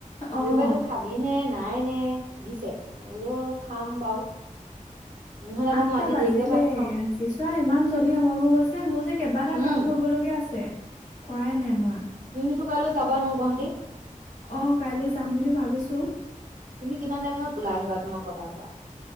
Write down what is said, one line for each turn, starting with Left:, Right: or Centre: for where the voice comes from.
Left: অ',
Right: মবাই তো খাবি নে নাই নে সুধিছে মই বোলো খাম বাৰু। নহ'লে আকৌ
Left: আঠটা
Right: মই ৰাতি
Left: বাজিলে
Right: দেৰিকে ভাত খাওঁ
Left: আজি চোৱা ইমান জল্দি সময়বোৰ গৈছে মোৰ যে কেইবাটা
Right: উম
Left: কাম কৰিবলগীয়া আছে। কৰাই নাই মই।
Right: তুমিতো কাইলৈ যাবা ন গুৱাহাটী?
Left: অ কাইলৈ যাম বুলি ভাবিছো।
Right: তুমি কিমান টাইমত ওলাই আহিবা তোমাৰ পথাৰ পৰা।